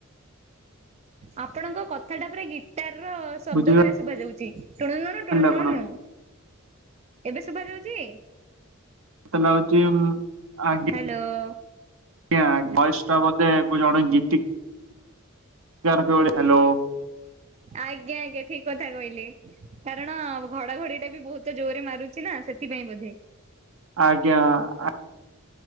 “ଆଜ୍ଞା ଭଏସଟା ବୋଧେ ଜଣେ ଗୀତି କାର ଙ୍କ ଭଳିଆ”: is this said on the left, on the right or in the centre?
Right